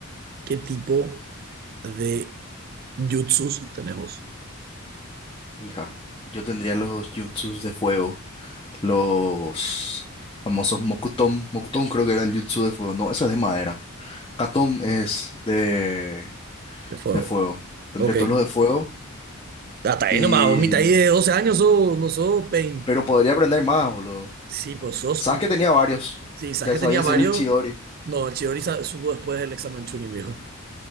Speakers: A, on the right; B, on the left.
A: ¿qué tipo de jutsus tenés vos
B: Hija, yo tendría los jutsus de fuego, los famosos Mokuton. Mokuton creo que era el jutsu de fuego. No, esa es de madera. Katon es de,
A: de fuego?
B: de fuego. Tendría
A: Ok,
B: todos los de fuego
A: hasta ahí
B: y...
A: nomás, vos mitad ahí de 12 años sos, no sos Pain.
B: Pero podría aprender más, boludo.
A: Sí, pues sos
B: Sabes
A: un
B: que tenía varios.
A: Sí, saqué
B: Ya sabía
A: tenía
B: hacer
A: varios.
B: el Chidori.
A: No, el Chidori sa- subo después del examen Chunin, viejo.